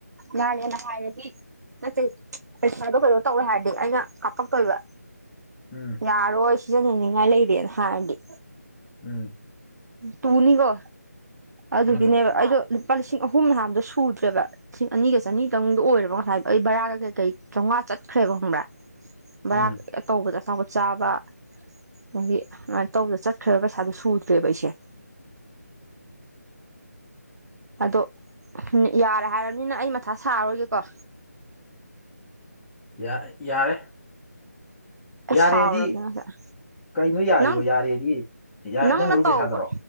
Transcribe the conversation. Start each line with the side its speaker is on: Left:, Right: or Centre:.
Right: ꯌꯥꯔꯦꯅ ꯍꯥꯏꯔꯗꯤ ꯅꯠꯇꯦ ꯄꯩꯁꯥꯗꯣ ꯀꯩꯅꯣ ꯇꯧꯋꯦ ꯍꯥꯏꯔꯗꯤ ꯑꯩꯅ ꯍꯥꯞꯄꯛꯇꯣꯏꯕ
Centre: ꯎꯝ
Right: ꯌꯥꯔꯣꯢ ꯁꯣꯖꯤꯟꯅꯅꯤꯡꯉꯥꯏ ꯂꯩꯔꯦꯅ ꯍꯥꯢꯔꯗꯤ
Centre: ꯎꯝ
Right: ꯇꯨꯅꯤꯀꯣ ꯑꯗꯨꯒꯤꯅꯦꯕ
Centre: ꯎꯝ
Right: ꯑꯩꯗꯣ ꯂꯨꯄꯥ ꯂꯤꯁꯤꯡ ꯑꯍꯨꯝ ꯅꯍꯥꯟꯗꯣ ꯁꯨꯗ꯭ꯔꯦꯕ ꯂꯤꯁꯤꯡ ꯑꯅꯤꯒ ꯆꯅꯤꯇꯪꯗ ꯑꯣꯏꯔꯕ ꯉꯁꯥꯏꯗꯣ ꯑꯩ ꯕꯔꯥ ꯀꯩꯀꯩ ꯆꯧꯉꯥ ꯆꯠꯈ꯭ꯔꯦꯕ ꯈꯪꯕ꯭ꯔꯥ ꯕꯔꯥ
Centre: ꯎꯝ
Right: <unintelligible> ꯇꯧꯕꯗ ꯑꯆꯥꯄꯣꯠ ꯆꯥꯕ ꯑꯗꯒꯤ ꯑꯗꯨꯃꯥꯏꯅ ꯇꯧꯕꯗ ꯆꯠꯈ꯭ꯔꯕ ꯄꯩꯁꯥꯗꯨꯣ ꯁꯨꯗ <unintelligible> ꯑꯗꯣ ꯌꯥꯔꯦ ꯍꯥꯏꯔꯝꯃꯤꯅ ꯑꯩ ꯃꯊꯥ ꯁꯥꯔꯔꯣꯏꯒꯦꯀꯣ
Centre: ꯌꯥ ꯑ ꯌꯥꯔꯦ
Right: ꯑꯩ
Centre: ꯌꯥꯔꯦꯗꯤ
Right: ꯁꯥꯎꯔꯕꯅꯦ ꯉꯁꯥꯏ
Centre: ꯀꯩꯅꯣ ꯌꯥꯔꯤꯕꯣ
Right: ꯅꯪ
Centre: ꯌꯥꯔꯦꯗꯤ ꯌꯥꯔꯦ
Right: ꯅꯪꯅ
Centre: ꯅꯪ ꯃꯔꯨꯞ
Right: ꯇꯧꯈ꯭ꯔꯣ
Centre: ꯄꯩꯁꯥꯗꯨꯔꯣ